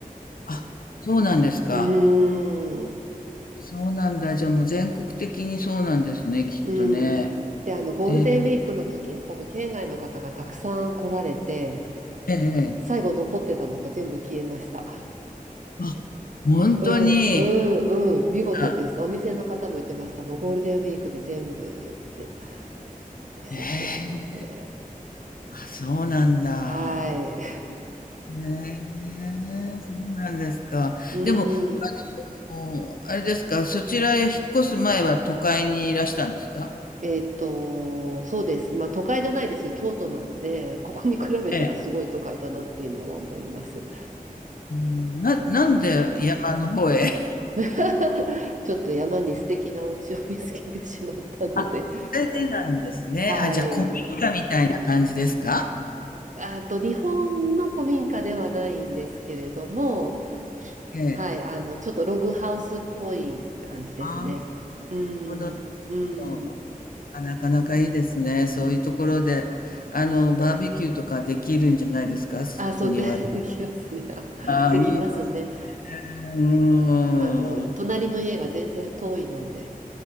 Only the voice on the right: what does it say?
うーん、
うん。で、あの、ゴールデンウィークの時に多分県外の方がたくさん来られて、
最後残ってたのが全部消えました。
うん、うん、うん、見事です。
お店の方も言ってました。もうゴールデンウィークで全部っておっしゃってたんで。
はい。<laughs>
う
ん。
えっと、そうです。まあ都会じゃないですけど、京都なんで、ここに比べたらすごい都会だなって今は思います。
うん。<laughs> ちょっと山に素敵なお家を見つけてしまったので。
はい。
あと、日本の古民家ではないんですけれども、
はい、あの、ちょっとログハウスっぽい感じですね。
うん、
う
ん。
あ、そうで、<laughs> できますね。あできますね。
あの、隣の家が全然遠いので、